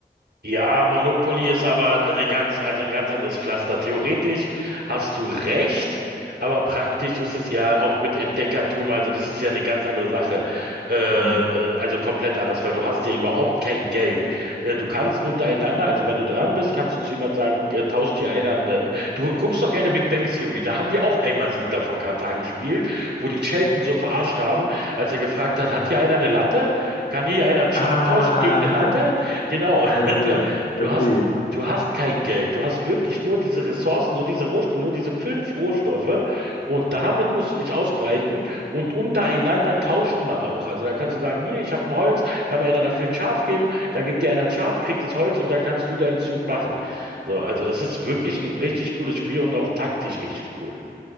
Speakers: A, on the right; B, on the left.
A: Ja, Monopoly ist aber eine ganz, also ein ganz anderes Pflaster. Theoretisch hast du recht, aber praktisch ist es ja auch mit Entdeckertum, also das ist ja eine ganz andere Sache. Äh,
B: Mhm.
A: äh, also komplett anders, weil du hast ja überhaupt kein Geld. Äh, du kannst untereinander, also wenn du dran bist, kannst du zu jemandem sagen, äh, tauscht hier einer, eine, du guckst doch keine Big Bang Theory, da haben die auch einmal Siedler von Catan gespielt, wo die Sheldon so verarscht haben, als er gefragt hat, hat hier einer eine Latte? Kann hier einer ein Schaf
B: Ah,
A: tauschen gegen eine Latte? Genau, <laughs>
B: <laughs> also,
A: <laughs> Du, du
B: okay.
A: hast, du hast kein Geld. Du hast wirklich nur diese Ressourcen, nur diese Rohstoffe, nur diese fünf Rohstoffe. Und damit musst du dich ausbreiten. Und untereinander tauscht man auch. Also da kannst du sagen, hier, ich habe ein Holz, kann mir einer dafür ein Schaf geben. Dann gibt dir einer ein Schaf, kriegt das Holz und dann kannst du deinen Zug machen. So, also es ist wirklich ein richtig cooles Spiel und auch taktisch richtig cool.